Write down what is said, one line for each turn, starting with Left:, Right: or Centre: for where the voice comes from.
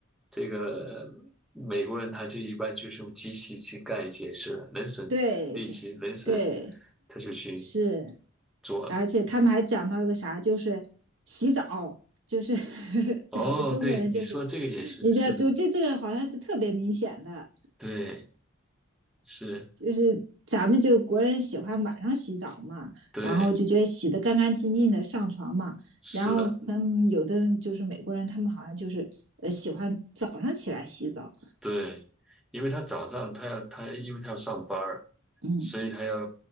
Centre: 这个呃美国人他就一般就是用机器去干一些事儿，能省力气，
Right: 对对对。
Centre: 能省，他就去
Right: 是，
Centre: 做了。
Right: 而且他们还讲到一个啥，就是洗澡，就是 <laughs>
Centre: 哦，
Right: 咱们中国人就是，
Centre: 对，你说这个也是，
Right: 你的就这这个好像是特别明显的，
Centre: 是的，对，是，
Right: 就是咱们就国人喜欢晚上洗澡嘛，
Centre: 对，
Right: 然后就觉得洗的干干净净的上床嘛，
Centre: 是的，
Right: 然后跟有的人就是美国人，他们好像就是呃喜欢早上起来洗澡，
Centre: 对，因为他早上他要他因为他要上班儿，
Right: 嗯，
Centre: 所以他要